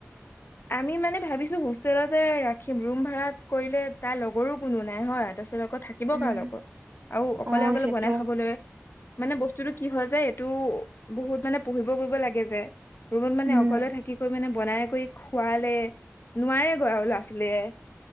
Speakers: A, on the left (about 50°); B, on the right (about 45°).
A: আমি মানে ভাবিছো হোষ্টেলতে ৰাখিম ৰুম ভাড়াত কৰিলে তাই লগৰো কোনো নাই হয়। তাৰপিছত থাকিব
B: উম
A: কাৰ লগত আৰু অকলে
B: অ
A: অকলে
B: সেইটো
A: বনাই খাবলৈ মানে বস্তুতটো কি হয় যে এইটো বহুত মানে পঢ়িব কৰিব লাগে যে ৰুমত মানে
B: উম
A: অকলে থাকি কৰি মানে বনাই কৰি খুৱালে নোৱাৰোৰে গে আৰু ল'ৰা ছোৱালীয়ে